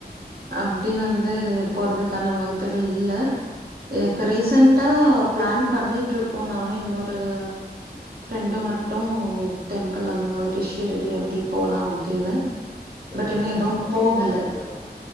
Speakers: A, on the right (about 65°); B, on the left (about 25°).
A: அப்டி வந்து போறதுக்கான வாய்ப்புகள் இல்ல. இப்ப ரீசன்ட்டா பிளான் பண்ணீட்ருக்கோ நானு இன்னொரு ஃப்ரெண்டு மட்டு டெம்பிள் அந்த மாதிரி ஷீரடி அப்டி போலா அப்டீன்னு
B: ரெண்டு
A: பட் இன்னு
B: பேர்
A: எதுவும்
B: மட்டு போனா
A: போகல
B: போர் அடிக்காதா